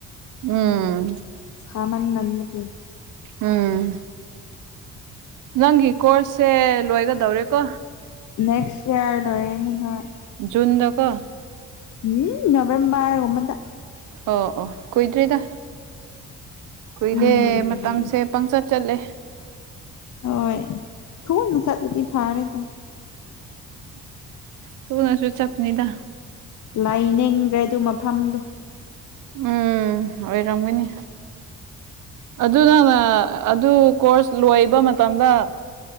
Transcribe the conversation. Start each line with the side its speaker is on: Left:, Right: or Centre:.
Right: ꯎꯝ
Left: ꯁꯥꯃꯟ ꯃꯟꯕꯒꯤ
Right: ꯎꯝ ꯅꯪꯒꯤ ꯀꯣꯔꯁꯁꯦ ꯂꯣꯏꯒꯗꯧꯔꯦꯀꯣ
Left: ꯅꯦꯛꯁ ꯏꯔ ꯂꯣꯏ ꯑꯅꯤ ꯍꯣꯏ
Right: ꯖꯨꯟꯗ ꯀꯣ
Left: ꯎꯝ ꯅꯕꯦꯝꯕꯔ ꯑꯣꯕꯗ
Right: ꯑꯣ ꯑꯣ ꯀꯨꯏꯗ꯭ꯔꯤꯗ ꯀꯨꯏꯗꯦ
Left: ꯎꯝ
Right: ꯃꯇꯝꯁꯦ ꯄꯪꯆꯠ ꯆꯠꯂꯦ
Left: ꯍꯣꯏ ꯇꯣꯏꯅ ꯆꯠꯂꯗꯤ ꯐꯔꯦ ꯗ
Right: ꯊꯨꯅꯁꯨ ꯆꯠꯄꯅꯤꯗ
Left: ꯂꯥꯏꯅꯤꯡꯗ꯭ꯔꯦ ꯑꯗꯨ ꯃꯐꯝꯗꯣ
Right: ꯎꯝ ꯑꯣꯏꯔꯝꯒꯅꯤ ꯑꯗꯨ ꯅꯪꯅ ꯑꯗꯨ ꯀꯣꯔꯁ ꯂꯣꯏꯕ ꯃꯇꯝꯗ